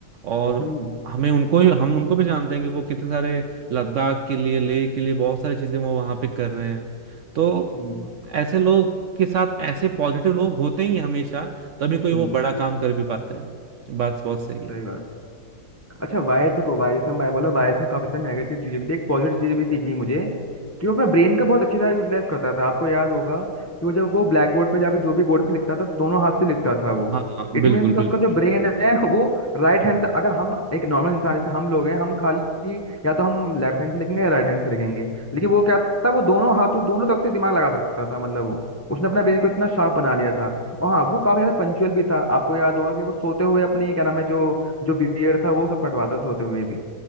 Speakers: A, on the right; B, on the left.
A: और
B: हम्म
A: हमें उनको हम उनको भी जानते हैं कि वो कितने सारे लद्दाख के लिए लेह के लिए बहुत सारी चीजें वो वहां पे कर रहे हैं तो
B: हम्म
A: ऐसे लोग के साथ ऐसे पॉजिटिव लोग होते ही हैं हमेशा तभी कोई
B: हम्म
A: वो बड़ा काम कर भी पाते हैं बात बहुत सही है
B: सही बात अच्छा वायरस देखो वायरस हम मैं बोला वायरस में काफी सारी नेगेटिव चीजें भी थी एक पॉजिटिव चीजें भी दिखी मुझे कि वो अपना ब्रेन का बहुत अच्छी तरह यूटिलाइज करता था आपको याद होगा कि वो जब वो ब्लैक बोर्ड पे या फिर जो भी बोर्ड पे लिखता था तो दोनों हाथ से लिखता था वो
A: हाँ हाँ
B: इट
A: बिल्कुल
B: मीन्स का उसका
A: बिल्कुल
B: जो ब्रेन है <laughs> वो राइट हैंड से अगर हम एक नॉर्मल इंसान जैसे हम लोग हैं हम खाली या तो हम लेफ्ट हैंड से लिखेंगे या राइट हैंड से लिखेंगे लेकिन वो क्या था वो दोनों हाथों दोनों तरफ से दिमाग लगा सकता था मतलब वो उसने अपना ब्रेन को इतना शार्प बना लिया था और हाँ वो काफी ज्यादा पंचुअल भी था आपको याद होगा कि वो सोते हुए अपनी क्या नाम है जो जो बियर्ड था वो सब कटवाता था सोते हुए भी